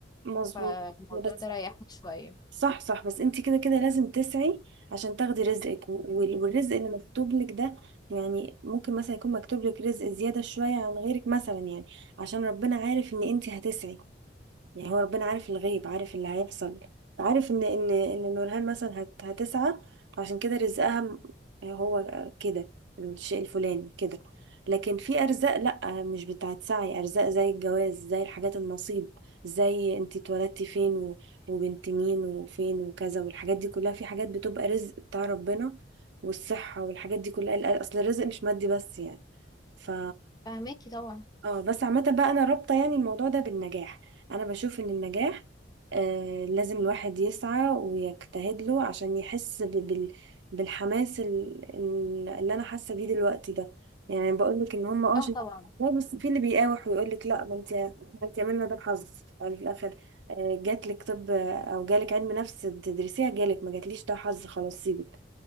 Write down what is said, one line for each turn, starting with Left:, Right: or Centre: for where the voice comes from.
Right: مظبوط
Left: فالموضوع
Right: بس
Left: ده ريحني شوية
Right: صح صح بس انت كده كده لازم تسعي عشان تاخدي رزقك و- وال- والرزق اللي مكتوب لك ده يعني ممكن مثلا يكون مكتوب لك رزق زيادة شوية عن غيرك مثلا يعني عشان ربنا عارف ان انت هتسعي يعني هو ربنا عارف الغيب عارف اللي هيحصل عارف ان ان ان نورهان مثلا هت هتسعى عشان كده رزقها م- هو كده الشيء الفلاني كده لكن في ارزاق لا مش بتاعت سعي ارزاق زي الجواز زي الحاجات النصيب زي انت اتولدتي فين و- وبنت مين وفين وكذا والحاجات دي كلها في حاجات بتبقى رزق بتاع ربنا والصحة والحاجات دي كلها اصل الرزق مش مادي بس يعني ف
Left: فاهماكي طبعا
Right: اه بس عامة بقى انا رابطة يعني الموضوع ده بالنجاح انا بشوف ان النجاح آه لازم الواحد يسعى ويجتهد له عشان يحس ب- بال بالحماس ال- ال- اللي انا حاسة بيه دلوقتي ده يعني بقول لك ان هم اه
Left: اه
Right: شايفين
Left: طبعا
Right: الموضوع، بس في اللي بيقاوح ويقول لك لا ما انت ما انت عملنا ده حظ يعني في الاخر آه جات لك طب او جالك علم نفس تدرسيها جالك ما جاتليش ده حظ خلاص سيبك